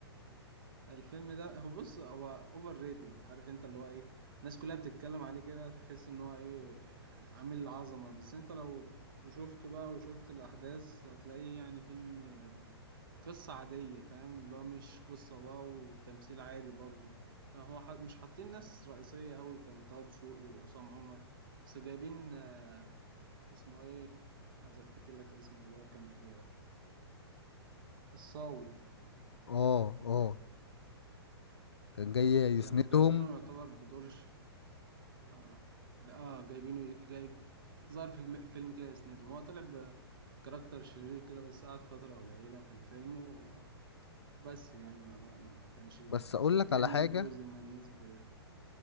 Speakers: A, on the right; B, on the left.
A: الفيلم ده هو بص هو اوفر ريتد عارف انت اللي هو ايه الناس كلها بتتكلم عليه كده تحس ان هو ايه عامل عظمة بس انت لو شفته بقى وشفت الاحداث هتلاقيه يعني فيلم قصة عادية فاهم اللي هو مش قصة واو والتمثيل عادي برضو طب هو ح- مش حاطين ناس رئيسية قوي كان طه دسوقي وعصام عمر بس جايبين آه، اسمه ايه عايز افتكر لك اسمه اللي هو كان في الصاوي
B: اه اه كان جاي يسندهم
A: كانوا جايبينه يعتبر بدور اه اه جايبينه جايب ظهر في الم... فيلم كده اسناده هو طلع بكاركتر شرير كده بس قعد فترة قليلة في الفيلم و- وبس يعني ما, ما... ما كانش
B: بس اقول لك
A: جامد
B: على حاجة
A: أوي زي ما الناس ب...